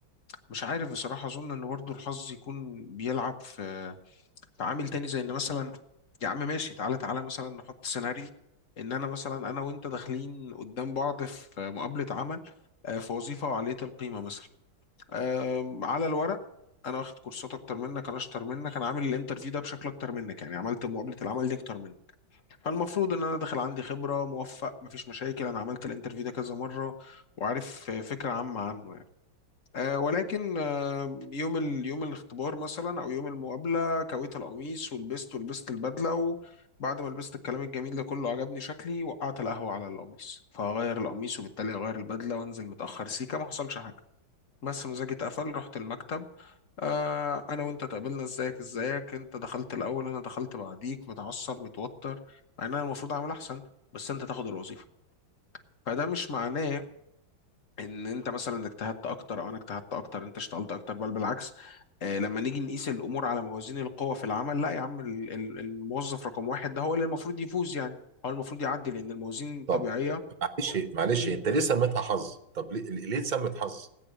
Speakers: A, on the left; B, on the right.
A: مش عارف بصراحة أظن إن برضه الحظ يكون بيلعب في في عامل تاني زي إن مثلا يا عم ماشي تعالى تعالى مثلا نحط سيناريو إن أنا مثلا أنا وأنت داخلين قدام بعض في مقابلة عمل آه، في وظيفة وعالية القيمة مثلا آم، على الورق أنا واخد كورسات أكتر منك أنا أشطر منك أنا عامل الانترفيو ده بشكل أكتر منك يعني عملت مقابلة العمل دي أكتر منك فالمفروض إن أنا داخل عندي خبرة موفق مفيش مشاكل أنا عملت الانترفيو ده كذا مرة وعارف آه، فكرة عامة عنه آه، ولكن آه، يوم ال... يوم الاختبار مثلا او يوم المقابله كويت القميص ولبست ولبست البدله وبعد ما لبست الكلام الجميل ده كله عجبني شكلي وقعت القهوه على القميص فهغير القميص وبالتالي هغير البدله وانزل متاخر سيكه ما حصلش حاجه بس مزاجي اتقفل رحت المكتب آه انا وانت اتقابلنا ازيك ازيك انت دخلت الاول انا دخلت بعديك متعصب متوتر مع ان انا المفروض اعمل احسن بس انت تاخد الوظيفه فده مش معناه ان انت مثلا اجتهدت اكتر او انا اجتهدت اكتر انت اشتغلت اكتر بل بالعكس آه، لما نيجي نقيس الامور على موازين القوى في العمل لا يا عم ال- ال- الموظف رقم واحد ده هو اللي المفروض يفوز يعني هو المفروض يعدي لان الموازين طبيعية
B: طب معلش معلش
A: مم،
B: انت ليه سميتها حظ طب ليه ليه اتسمت حظ